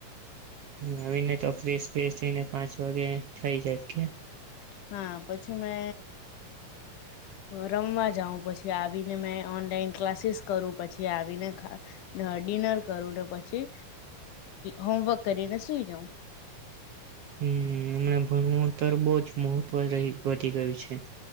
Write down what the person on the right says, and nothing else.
આવીને તો ફેશ ફેશ થઈને પાંચ વાગે થઈ જાય કે.
હમ હમણાં ભણવું તો બહ જ મહત્વ વધી ગયું છે.